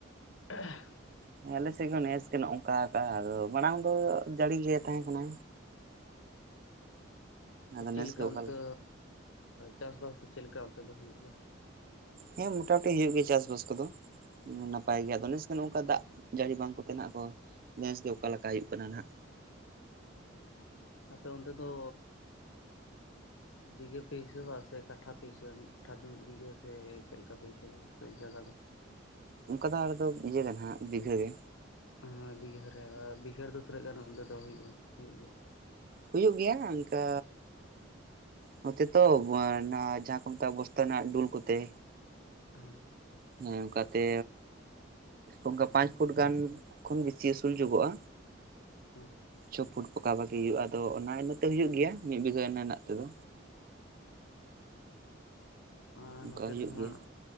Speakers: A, on the left; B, on the right.
A: <unintelligible>
B: ᱦᱮᱸ ᱟᱞᱮ ᱥᱮᱫ ᱜᱮ ᱱᱮᱥ ᱜᱮ ᱱᱚᱝᱠᱟ ᱠᱟᱜᱼᱟ᱾ ᱟᱫᱚ ᱢᱟᱲᱟᱝ ᱫᱚ ᱡᱟᱹᱲᱤ ᱜᱮ ᱛᱟᱦᱮᱸ ᱠᱟᱱᱟ᱾
A: ᱪᱮᱫ
B: ᱱᱮᱥ
A: ᱞᱮᱠᱟ
B: ᱜᱮ ᱚᱠᱟ
A: ᱚᱱᱛᱮ ᱪᱟᱥᱼᱵᱟᱥ ᱫᱚ ᱪᱮᱫ ᱞᱮᱠᱟ ᱚᱱᱛᱮ ᱫᱚ ᱦᱩᱭᱩᱜ ᱜᱮᱭᱟ?
B: ᱦᱮᱸ ᱢᱚᱴᱟᱢᱩᱴᱤ ᱦᱩᱭᱩᱜ ᱜᱮᱭᱟ ᱪᱟᱥᱵᱟᱥ ᱠᱚᱫᱚ ᱱᱟᱯᱟᱭ ᱜᱮᱭᱟ ᱟᱫᱚ ᱱᱮᱥ ᱫᱚ ᱚᱝᱠᱟ ᱫᱟᱜ ᱡᱟᱹᱲᱤ ᱵᱟᱝ ᱠᱚ ᱛᱮᱱᱟᱜ ᱠᱚ ᱱᱮᱥ ᱜᱮ ᱚᱠᱟ ᱞᱮᱠᱟ ᱦᱩᱭᱩᱜ ᱠᱟᱱᱟ ᱱᱟᱜ᱾
A: ᱟᱯᱮ ᱚᱱᱛᱮ ᱫᱚ ᱵᱤᱜᱷ ᱯᱮ ᱦᱤᱥᱟᱹᱵᱼᱟ ᱥᱮ ᱠᱟᱴᱷᱟ ᱯᱮ ᱦᱤᱥᱟᱹᱵ-ᱟ ᱢᱤᱫ ᱠᱟᱴᱷᱟ ᱫᱚ ᱢᱤᱫ ᱵᱤᱜᱷᱟᱹ ᱥᱮ ᱪᱮᱫ ᱞᱮᱠᱟ ᱯᱮ ᱦᱤᱥᱟᱹᱼᱟ ᱡᱟᱭᱜᱟ ᱫᱚ
B: ᱚᱱᱠᱟ ᱫᱚ ᱟᱫᱚ ᱤᱭᱟᱹ ᱠᱟᱱᱟ ᱦᱟᱜ ᱵᱤᱜᱷᱟᱹ ᱜᱮ
A: ᱦᱮ ᱵᱤᱜᱷᱟᱹ ᱨᱮ ᱵᱤᱜᱷᱟᱹ ᱨᱮᱫᱚ ᱛᱤᱱᱟᱹᱜ ᱜᱟᱱ ᱚᱱᱛᱮ ᱫᱚ ᱦᱩᱭᱩᱜᱼᱟ, ᱦᱩᱭᱩᱜ ᱜᱮᱭᱟ᱾
B: ᱦᱩᱭᱩᱜ ᱜᱮᱭᱟ ᱚᱱᱠᱟ ᱱᱚᱛᱮ ᱛᱚ ᱡᱟᱦᱟᱸ ᱠᱚ ᱢᱮᱛᱟᱜ ᱵᱚᱥᱛᱟ ᱨᱮᱱᱟᱜ ᱰᱩᱞ ᱠᱚᱛᱮ
A: ᱦᱮᱸ
B: ᱦᱮᱸ ᱚᱱᱠᱟᱛᱮ ᱚᱱᱠᱟ ᱯᱟᱸᱪ ᱯᱷᱩᱴ ᱜᱟᱱ ᱠᱷᱚᱱ ᱵᱮᱥᱤ ᱩᱥᱩᱞ ᱡᱚᱜᱚᱜᱼᱟ᱾
A: ᱦᱮᱸ
B: ᱪᱷᱚ ᱯᱷᱩᱴ ᱯᱟᱠᱟ ᱯᱟᱹᱠᱤ ᱦᱩᱭᱩᱜᱼᱟ ᱟᱫᱚ ᱚᱱᱟ ᱤᱭᱟᱹᱛᱮ ᱦᱳᱭᱳᱜ ᱜᱮᱭᱟ ᱢᱤᱫ ᱵᱤᱜᱷᱱᱟᱹ ᱨᱮᱱᱟᱜ ᱛᱮᱫᱚ
A: ᱟᱨ
B: ᱚᱱᱠᱟ
A: ᱱᱚᱛᱮ
B: ᱦᱩᱭᱩᱜ
A: ᱫᱚ ᱦᱟᱸᱜ
B: ᱜᱮᱭᱟ